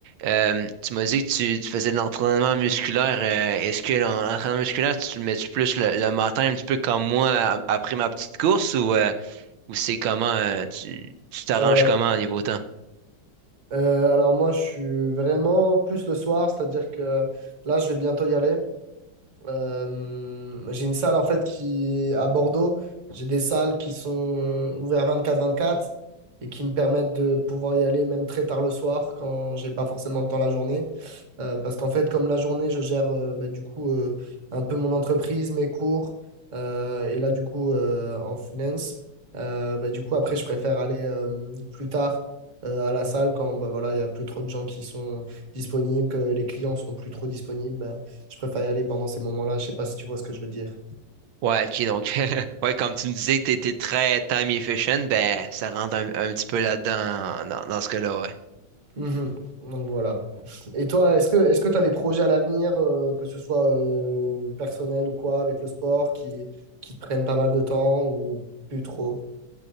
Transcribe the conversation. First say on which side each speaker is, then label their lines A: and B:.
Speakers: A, on the right; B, on the right.
A: euh, tu m'as dit que tu, tu faisais de l'entraînement musculaire. euh, est-ce que l'en- l'entraînement musculaire, tu le mets-tu plus le, le matin un petit peu comme moi a- après ma petite course ou, euh, ou c'est comment euh, tu tu t'arranges
B: Alors,
A: comment au niveau temps?
B: euh, alors moi, je suis vraiment plus le soir, c'est-à-dire que là, je vais bientôt y aller. Euh, j'ai une salle en fait qui à Bordeaux, j'ai des salles qui sont ouvertes 24-24 et qui me permettent de pouvoir y aller même très tard le soir quand j'ai pas forcément le temps la journée. Euh, parce qu'en fait, comme la journée, je gère euh, bah, du coup euh, un peu mon entreprise, mes cours, euh, et là, du coup, euh, en finance, euh, bah, du coup, après, je préfère aller euh, plus tard euh, à la salle quand bah, voilà, il n'y a plus trop de gens qui sont disponibles, que les clients sont plus trop disponibles. bah, je préfère y aller pendant ces moments-là. Je sais pas si tu vois ce que je veux dire.
A: Ouais, ok, donc, <laughs> ouais, comme tu me disais que t'étais très time efficient, ben, ça rentre un, un petit peu là-dedans, dans, dans ce cas-là, ouais.
B: Mhm. Donc voilà. Et toi, est-ce que est-ce que tu as des projets à l'avenir, euh, que ce soit euh, personnel ou quoi, avec le sport, qui, qui te prennent pas mal de temps ou plus trop?